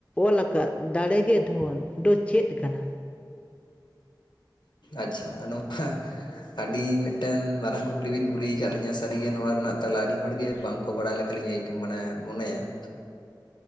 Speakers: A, on the left (about 15°); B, on the left (about 70°).
A: ᱚᱞ ᱟᱠᱟᱜ ᱫᱟᱲᱮᱜᱮ ᱫᱷᱚᱱ ᱫᱚ ᱪᱮᱫ ᱠᱟᱱᱟ?
B: ᱟᱪᱪᱷᱟ ᱱᱚᱣᱟ ᱟᱹᱰᱤ ᱢᱤᱫᱴᱮᱱ ᱢᱟᱨᱟᱝ ᱠᱩᱠᱞᱤ ᱵᱤᱱ ᱠᱩᱞᱤ ᱠᱟᱜ ᱞᱤᱧᱟᱹ ᱥᱟᱹᱨᱤᱜᱮ ᱱᱚᱣᱟ ᱨᱮᱱᱟᱜ ᱛᱟᱞᱟ ᱟᱹᱰᱤ ᱦᱚᱲᱜᱮ ᱵᱟᱝᱠᱚ ᱵᱟᱲᱟᱭ ᱞᱮᱠᱟᱞᱤᱧ ᱟᱹᱭ ᱢᱟᱱᱮ ᱢᱚᱱᱮᱭᱟ ᱾